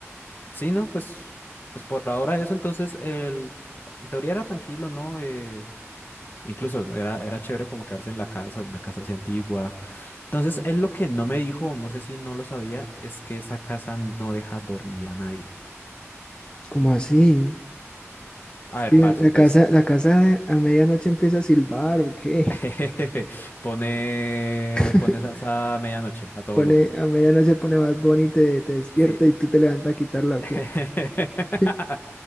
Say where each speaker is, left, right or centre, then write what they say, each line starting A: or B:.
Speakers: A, on the left; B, on the left.
A: Sí, ¿no? Pues, pues por ahora eso, entonces, el, en teoría era tranquilo, ¿no? Eh, incluso era, era chévere como quedarse en la casa, una casa así antigua. Entonces, él lo que no me dijo, o no sé si no lo sabía, es que esa casa no deja dormir a nadie.
B: ¿Cómo así?
A: A
B: Es
A: ver,
B: que
A: parce,
B: la
A: pues
B: casa, la casa de- a medianoche empieza a silbar, ¿o qué?
A: <laughs> pone,
B: <laughs>
A: pone salsa a medianoche, a todo
B: Pone,
A: volumen.
B: a medianoche pone más Bunny y te, te despierta
A: Sí.
B: y tú te levantas a quitarla, ¿o
A: <laughs>
B: qué? <laughs>